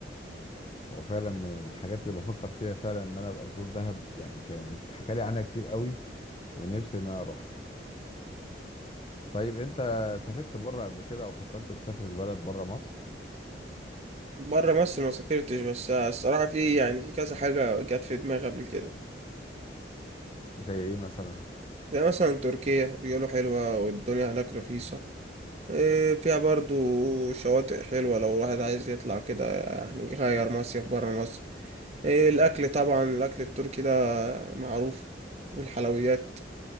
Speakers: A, on the left; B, on the right.
A: هو فعلا من الحاجات اللي بفكر فيها فعلا ان انا ابقى ازور دهب يعني كانت حكالي عنها كتير قوي ونفسي ان انا اروح طيب انت سافرت بره قبل كده او فكرت تسافر لبلد بره مصر
B: بره مصر ما سافرتش بس الصراحة في يعني في كذا حاجة جت في دماغي قبل كده
A: زي ايه مثلا
B: زي مثلا تركيا بيقولوا حلوة والدنيا هناك رخيصة إيه، فيها برضو شواطئ حلوة لو الواحد عايز يطلع كده يعني يغير مصيف برا مصر إيه، الأكل طبعا الأكل التركي ده معروف والحلويات